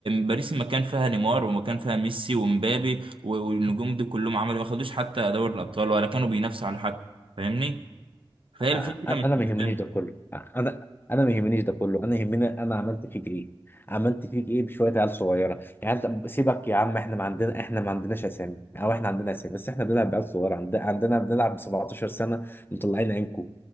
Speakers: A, on the right (about 80°); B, on the left (about 25°).
A: باريس ما كان فيها نيمار وما كان فيها ميسي ومبابي و- والنجوم دي كلهم عملوا ما خدوش حتى دوري الابطال ولا كانوا بينافسوا على حد فاهمني فهي الفكره
B: أ- انا
A: مش بالسن
B: ما يهمنيش ده كله انا انا ما يهمنيش ده كله انا يهمني انا عملت فيك ايه عملت فيك ايه بشويه عيال صغيره يعني أنت سيبك يا عم احنا ما عندنا احنا ما عندناش اسامي او احنا عندنا اسامي بس احنا بنلعب بعيال صغيره عند- عندنا بنلعب ب 17 سنه مطلعين عينكم